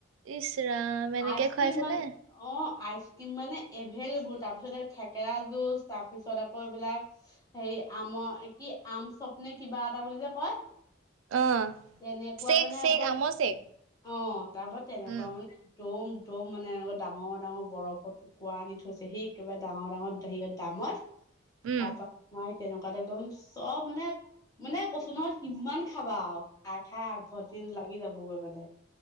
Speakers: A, on the right (about 80°); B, on the left (about 20°).
A: ইচ ৰাম
B: আইচক্ৰীম
A: এনেকে খুৱাইছে
B: মান
A: নে
B: অ আইচক্ৰীম মানে এভেইলেবোল তাৰপিছতে থেকেৰা জুচ তাৰপিছত আকৌ এইবিলাক সেই আমৰ কি আম চপ নে কিবা এটা বুলি যে কয়
A: অ',
B: তেনেকুৱা
A: চেক
B: মানে
A: চেক
B: আকৌ
A: আমৰ চেক
B: অ তাৰ পৰা তেনেকুৱা
A: উম,
B: মানে দম দম মানে এনেকা ডাঙৰ ডাঙৰ বৰফত টুকুৰা আনি থৈছে সেই একেবাৰে ডাঙৰ ডাঙৰ হেৰিয়ত ড্ৰামত
A: উম,
B: তাপা মই তেনেকুৱাতে একদম চব মানে মানে কৈছো নহয় কিমান খাবা আও আশা আভৰদিন লাগি যাবগৈ মানে